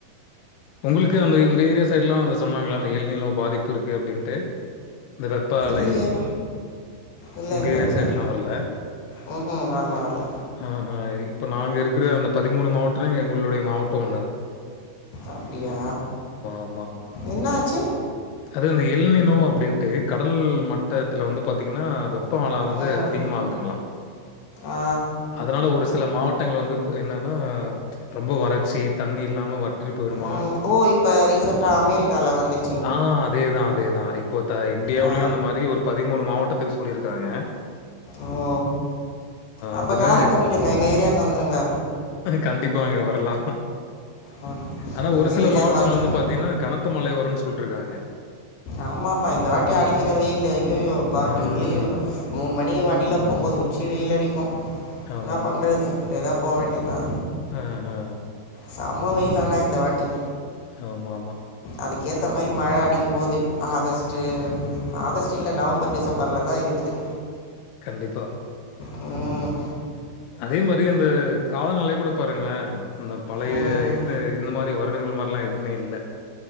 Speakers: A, on the left (about 80°); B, on the left (about 65°).
A: உங்ளுக்கு அந்த இந்த ஏரியா சைட்லா வந்து சொன்னாங்ளா அந்த எல்நிலோ பாதிப்பு இருக்கு அப்டின்ட்டு இந்த வெப்ப அலை
B: இல்லையே இல்லை
A: உங்க
B: இல்லை
A: ஏரியா
B: இல்லை
A: தேட்லா வர்ல
B: ம் வரல வரல
A: ஆஹ இ இப்ப நாங்க இருக்கற அந்த பதிமூணு மாவட்ரேங் எங்ளுடைய மாவட்டோ ஒன்னு
B: அப்டியா
A: ஆமா
B: என்ன ஆச்சு
A: அது அந்த எல்நிலோ அப்டின்ட்டு கடல் மட் டத்துல வந்து பாத்தீங்னா வெப்போ அல வந்து
B: ம்
A: அதிகமாகுதுங்ளா
B: ஆ
A: அதனால ஒரு சில மாவட்டங்கள் வந்து இப் என்னனா ரொம்ப வறச்சி தண்ணி இல்லாம வற்றி போய்டுமா
B: ம் ஓ இப்ப ரீசெண்டா அமெரிக்கால வந்திச்
A: ஆ அதே தா அதே தா இப்போ தா இன்டியாவ்லியு
B: ஆ
A: அந்த மாரி ஒரு பதிமூணு மாவட்டத்துக்கு சொல்லிருக்காங்க
B: ஓ அப்ப
A: அதுல
B: காலி பண்ணிடுங்க எங்க ஏரியாக்கு வந்துருங்க
A: கண்டிப்பாங்க வர்லா
B: ம்
A: ஆனா ஒரு
B: எங்கள்
A: சில
B: ஏரியாவுக்கு
A: மாவட்டம்
B: வந்துடுங்க
A: வந்து பாத்தினா கனத் த மழை வருனு சொல்லிட்ருக்காங்க
B: ஆமா ஆமா இந்த வாட்டி அடிக்கிற வெயிலு ஐயையோ ப்பா
A: ஆ, ஆ.
B: டெய்லியு மூண் மணி வண்டில போம்போது உச்சி வெயில் அடிக்கும்
A: ஆமா.
B: என்னா பண்றது அப்டியே தா போ வேண்டிய தா
A: ஆ ஆ
B: சம வெயிலு ஆனா இந்த வாட்டி
A: ஆமாமா
B: அதுக்கேத்த மாரி மழ அடிக்க போது ஆகஸ்ட்டு ஆகஸ்ட் இல்ல நவம்பர் டிசம்பர்ல தா இருக்குது
A: கண்டிப்பா
B: ம்
A: அதே மாரி அந்த காலநிலை கூட பாருங்களே இந்த பழைய
B: ம்
A: பத்து இந்த மாரி வருடங்கள் மாரிலா எதுவுமே இல்ல